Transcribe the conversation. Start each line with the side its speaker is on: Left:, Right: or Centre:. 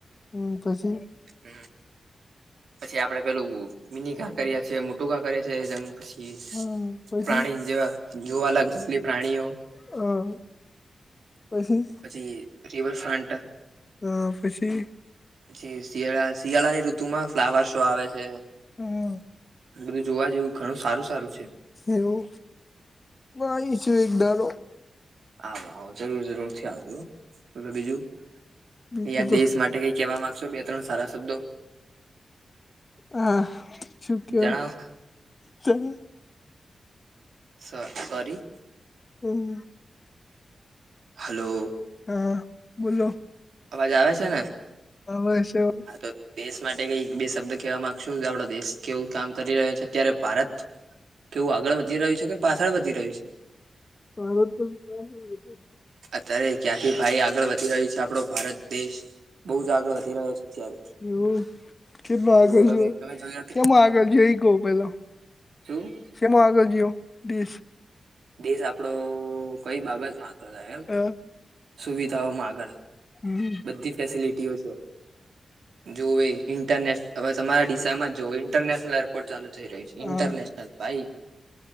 Left: હ પછી.
Right: હમ પછી આપડે પેલું મિની કા કરએી મોટું કા કરીએ છે, જંગ પછી
Left: હા પછી
Right: પ્રાણી જેવા જોવા લગ જપલી પ્રાણીઓ.
Left: હમ્મ પછી
Right: પછી રિવરફ્રન્ટ
Left: આ પછી
Right: પછી શિયાળા શિયાળા ની ઋતુ માં ફ્લાવર શો આવે છે.
Left: હમ્મ
Right: બધું જોવા જેવું ઘણું સારુ સારુ છે.
Left: એવું મા ઈ છું એક ડારો.
Right: આવ આવ જરૂર જરૂર થી આવજો તો બીજું
Left: બીજું
Right: અહીયા
Left: તો
Right: દેશ માટે કઈ કેવા માં ક્સો બે બે ત્રણ સારા શબ્દો.
Left: હા છું કયો
Right: જણાવો
Left: તં
Right: સ સોરી.
Left: હમ.
Right: હલો
Left: હા બોલો.
Right: અવાજ આવે છે ને?
Left: આવે છે
Right: હા તો દેશ માટે કઈ બે શબ્દ કહેવા માંગશો કે આપડો દેશ કેવું કામ કરી રહ્યો છે અત્યારે ભારત. કેવું આગળ વધી રહ્યું છે કે પાછળ વધી રહ્યું છે.
Left: ભારત <inaudible>
Right: અત્યારે ક્યાંથી ભાઈ આગળ વધી રહ્યું છે આપડો ભારત દેશ બહુ જ આગળ વધી રહ્યો છે. અત્યારે
Left: એવું કેટલો આગળ
Right: તો તમે
Left: ગયો
Right: તમે જોઈ
Left: કેમ આગળ જઈ કઉ પેલા
Right: છું?
Left: શે માં આગળ ગીયો દેશ.
Right: દેશ આપડો કઈ બાબતમાં આગળ થાય એમ
Left: હા
Right: સુવિધાઓમાં આગળ.
Left: હમ.
Right: બધી ફેસિલિટીઓ છે જો ઇન્ટરનેટ. તમારા દિશામાં જો ઇન્ટરનેશનલ. <unintelligible> ચાલુ થઈ રહ્યું છે
Left: હા
Right: ઇન્ટરનેશનલ ભાઈ